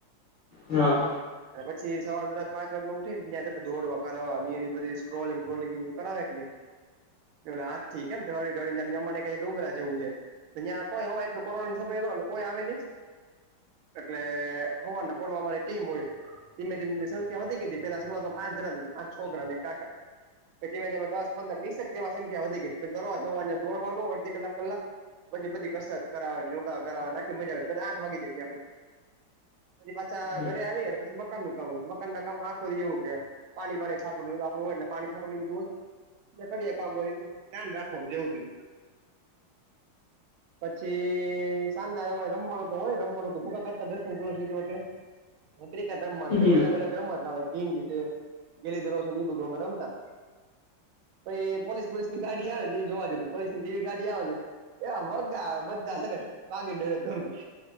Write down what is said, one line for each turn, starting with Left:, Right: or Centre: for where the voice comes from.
Left: હા
Right: અને પછી સવારે દરરોઝ પાંચ વાગે ઉઠીન ન્યા ની હાથે તો દોડવા કરાવા, ની એ બધી સ્ક્રોલિંગ બોલિંગ એ બધું કરાવે કે નહી, ને ઓલા હાક થી કેમ ઢળ ઢળીને કન્યા મળે એ ડુંગરા જેવું છે. તો ત્યાં કોઈ, તો કોરોના સમય કોઈ આવે નહી? એટલે હવારના પોર મા અમારી ટીમ હોય. ધીમે ધીમેની સંખ્યા વધી ગઈ હતી, પેલા શરૂઆતમાં પાચ જણાજ હતા, પાંચ છોકરા અને એક કાકા. પછી ધીમે ધીમે દસ, પંદર, વીસેક જેવા સંખ્યા વધી ગઈ, પછી દરરોઝ હારના દોડવાનું, અડધી કલાક, કલાક પછી બધી કસરત કરવાની, યોગા કરાવવા, નાખી મજા આવે, આઠ વાગે જાય આખું. પછી પાછા
Left: હમ
Right: ઘરે આવીએ ને પછી મકાનનું કામ હોય, મકાનના કામ માં આખો દિવ ઉગે પાણી પડે છાટું આપડું હોય, એટલે પાણી છાંટોને એ બધું હોય, તે કરીએ કામ હોય, ધ્યાન રાખવાનું જેવું થયું. <inaudible> પછી સાંજના આમારે રમવાનું તો હોય, રમવાનું તો ભૂગા કરતા દસ નુ પુરુષ જીતું એટલે ક્રિકટ રમવાનું,
Left: હમ
Right: પછી અલગ અલગ રમત આવે, કિંગ છે, ગેલી દરોસો ને એ બધુ અમે રમતા. પછી, પોલીસ પોલીસ ની ગાડી આવે ને, એટલે એ જોવા જતા, પોલીસ ની જેવી ગાડી આવે ને એ વગા બધા છે ને ભાગીને ગરબા